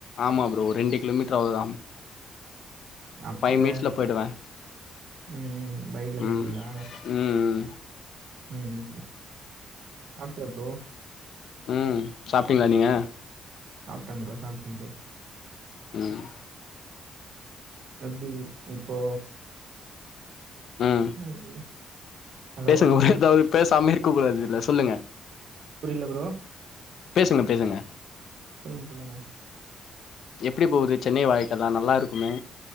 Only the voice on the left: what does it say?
ஆமா ப்ரோ ஒரு ரெண்டு கிலோமீட்டர் அவ்ளதா
ஃபைவ் மினிட்ஸ்ல போயிடுவே
ம் ம்
ம் சாப்ட்டீங்ளா நீங்க
ம்
ம்
பேசுங்க ஒரே ஏதாவது பேசாம இருக்க கூடாது இதுல சொல்லுங்க
பேசுங்க பேசுங்க
எப்டி போகுது சென்னை வாழ்க்கல்லா நல்லாருக்குமே